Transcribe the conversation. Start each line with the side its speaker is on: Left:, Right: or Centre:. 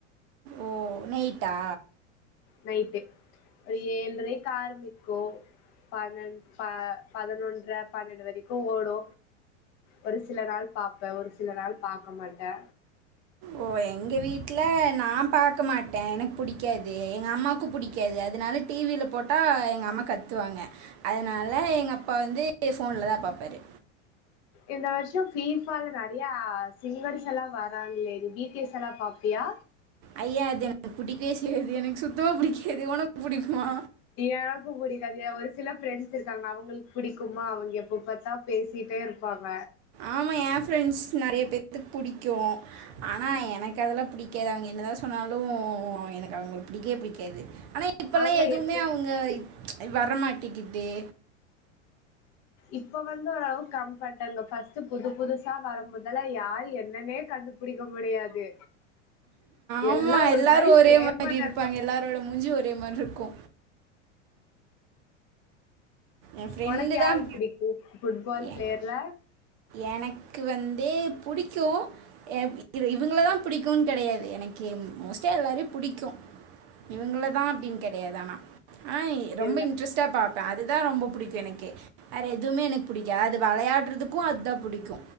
Right: ஓ நைட்டா
Left: நைட்டு ஒரு ஏழ்றைக்கு ஆரம்பிக்கு பன்னெ ப பதுனொன்ற பன்னெண்டு வரிக்கு ஓடு ஒரு சில நாள் பாப்பே ஒரு சில நாள் பாக்க மாட்டே
Right: ஓ எங்க வீட்ல நா பாக்க மாட்டே எனக்கு புடிக்காது எங்க அம்மாக்கு புடிக்காது அதுனால டி வி ல போட்டா எங்க அம்மா கத்துவாங்க அதுனால எங்க அப்பா வந்து ஃபோன்ல தா பாப்பாரு
Left: இந்த வர்ஷொ ஃபீப்ஃபால நெறயா சிங்கர்ஸ் எல்லா வராங்ளே இது பி டி எஸ் எல்லா பாப்பியா
Right: ஐயெ அது எனக்கு புடிக்கவே செய்யாது எனக்கு சுத்தமா புடிக்காது ஒனக்கு புடிக்குமா
Left: எனக்கு புடிக்காது ஒரு சில ஃப்ரெண்ட்ஸ் இருக்காங்க அவுங்களுக்கு புடிக்குமா அவுங்க எப்ப பாத்தா பேசிட்டே இருப்பாங்க
Right: ஆமா ஏ ஃப்ரெண்ட்ஸ் நெறய பேத்துக்கு புடிக்கு ஆனா எனக்கு அதெல்லா புடிக்காது அவுங்க என்னதா சொன்னாலு அவெ எனக்கு அவுங்கள புடிக்கவே புடிக்காது ஆனா இப்பெல்லா
Left: அவங்கள
Right: எதுவுமே
Left: எப்ப
Right: அவுங்க வரமாட்டெக்கிதே
Left: இப்ப வந்து ஓரளவுக்கு கம் பண்டாங்க ஃபர்ஸ்ட்டு புது புதுசா வரு முதல்ல யார் என்னனே கண்டு புடிக்க முடியாது
Right: ஆமா
Left: எல்லாம் ஒரு
Right: எல்லாரு
Left: மாதிரி
Right: ஒரே
Left: சேமா
Right: மாரி
Left: தான்
Right: இருப்பாங்க எல்லாரோட மூஞ்சியு ஒரே மாரி இருக்கு என் ஃப்ரெண்டு
Left: ஒனக்கு
Right: தான்
Left: யார் புடிக்கு ஃபுட்பால்
Right: எ-
Left: ப்ளேயர்ல
Right: எனக்கு வந்து புடிக்கு எ இவுங்களதா புடிக்குன்னு கெடையாது எனக்கெ மோஸ்ட்டா எல்லாரையு புடிக்கு இவுங்கள தா அப்டின்னு கெடையாது ஆனா ஆ ரொம்ப
Left: இல்ல
Right: இன்ட்ரெஸ்ட்டா பாப்பே அதுதா ரொம்ப புடிக்கு எனக்கு வேற எதுமே எனக்கு புடிக்கா அது வெளயாடுறதுக் கு அதுதா புடிக்கு